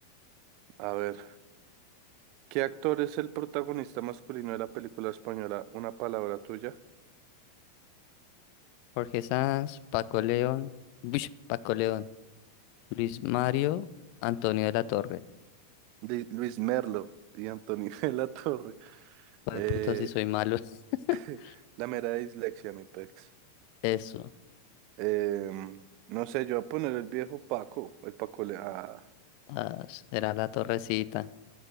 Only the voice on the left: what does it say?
Jorge Sanz, Paco León, Uish, Paco León, Luis Mario, Antonio de la Torre.
Ay,
puta, si soy malo. <laughs>
Eso.
Ah, será la torrecita.